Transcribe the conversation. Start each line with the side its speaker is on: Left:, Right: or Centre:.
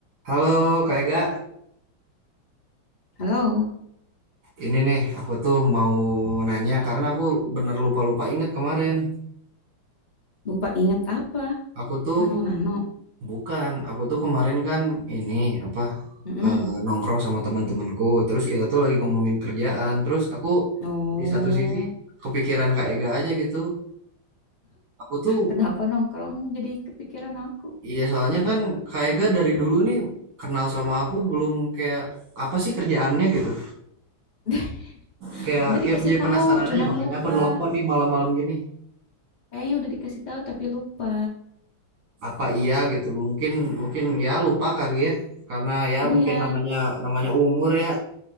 Right: Halo Kak Ega,
Left: Halo,
Right: ini nih aku tuh mau nanya karena aku bener lupa-lupa inget kemarin.
Left: lupa inget apa?
Right: Aku tuh
Left: Nano Nano.
Right: bukan, aku tuh kemarin kan ini apa
Left: Mm-mm.
Right: eh, nongkrong sama temen-temenku. Terus kita tuh lagi ngomongin kerjaan. Terus aku
Left: Oh,
Right: di satu sisi kepikiran Kak Ega aja gitu. Aku tuh
Left: kenapa nongkrong jadi kepikiran aku?
Right: iya soalnya kan Kak Ega dari dulu nih kenal sama aku belum kayak apa sih kerjaannya gitu.
Left: <laughs>
Right: Kayak
Left: Udah dikasih
Right: ya jadi
Left: tahu,
Right: penasaran
Left: cuman
Right: aja makanya
Left: lupa.
Right: aku nelpon nih malam-malam gini.
Left: Kayaknya udah dikasih tahu tapi lupa.
Right: apa iya gitu mungkin mungkin ya lupa kali ya karena ya
Left: Iya,
Right: mungkin namanya namanya umur ya